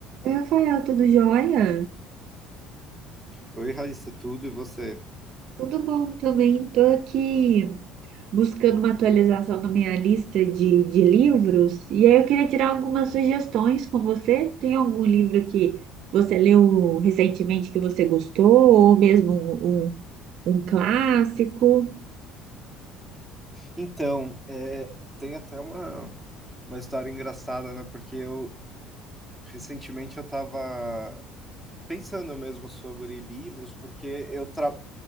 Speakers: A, on the right (about 60°); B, in the centre.
A: Oi, Rafael, tudo jóia?
B: Oi, Raíssa, tudo e você?
A: Tudo bom também. Estou aqui buscando uma atualização na minha lista de, de livros. E aí eu queria tirar algumas sugestões com você. Tem algum livro que você leu recentemente que você gostou? Ou mesmo um, um, um clássico?
B: Então, é, tem até uma, uma história engraçada, né? Porque eu recentemente eu tava pensando mesmo sobre livros, porque eu tra...